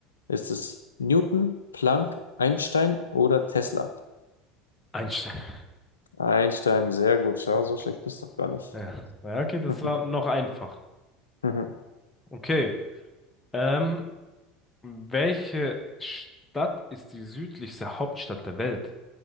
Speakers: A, on the left; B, on the left.
A: Ist es Newton, Planck, Einstein oder Tesla?
B: Einstein.
A: Einstein, sehr gut. Schau,
B: Okay.
A: so schlecht bist du doch gar nicht.
B: Ja, Ja, okay, das
A: <laughs> Mhm,
B: war noch einfach.
A: mhm.
B: Okay. Ähm, welche Stadt ist die südlichste Hauptstadt der Welt?